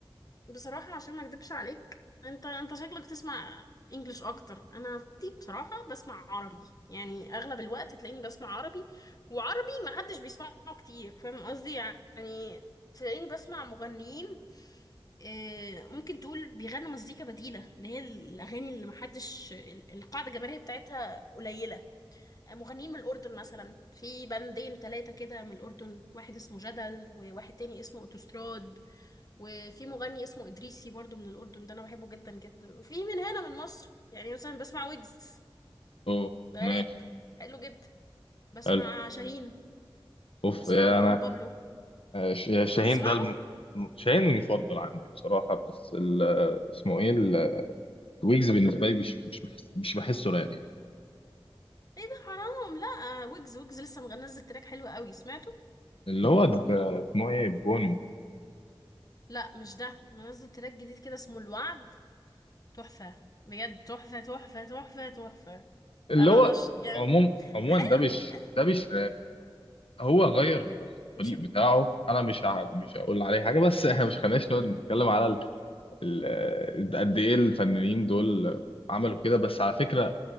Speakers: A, on the left (about 40°); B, on the left (about 80°).
A: بصراحة عشان ما اكدبش عليك انت انت شكلك تسمع انجليش اكتر انا دي بصراحة بسمع عربي يعني اغلب الوقت تلاقيني بسمع عربي وعربي ما حدش بيسمعه كتير فاهم قصدي يعني تلاقيني بسمع مغنيين آه، ممكن تقول بيغنوا مزيكا بديلة اللي هي الاغاني اللي ما حدش القاعدة الجماهيرية بتاعتها قليلة مغنيين من الأردن مثلا في بندين تلاتة كده من الأردن واحد اسمه جدل وواحد تاني اسمه أوتوستراد وفي مغني اسمه إدريسي برضو من الأردن ده أنا بحبه جدا جدا وفي من هنا من مصر يعني مثلا بسمع ويجز
B: أوه
A: ده
B: ماشي
A: راب حلو جدا بسمع
B: حلو
A: شاهين
B: أوف
A: وبسمع
B: إيه
A: مروان
B: أنا
A: بابلو
B: آه، ش- شاهين
A: بتسمعهم؟
B: ده الم... شاهين المفضل عندي بصراحة بس ال... اسمه إيه ال- ويجز بالنسبة لي مش مش بحس... مش بحسه راب يعني
A: ايه ده حرام لا ويجز ويجز لسه مغ- منزل تراك حلو قوي سمعته؟
B: اللي هو ده- اسمه إيه بونو
A: لا مش ده منزل تراك جديد كده اسمه الوعد تحفة بجد تحفة تحفة تحفة تحفة
B: اللي
A: انا
B: هو
A: انا ش... يعني
B: عموم عموما
A: حلو
B: ده مش
A: جا-
B: ده مش هو غير الطريق
A: مش
B: بتاعه انا مش ه... مش هقول عليه حاجه بس احنا مش خليناش نقعد نتكلم على ال... ال... قد ايه الفنانين دول عملوا كده بس على فكره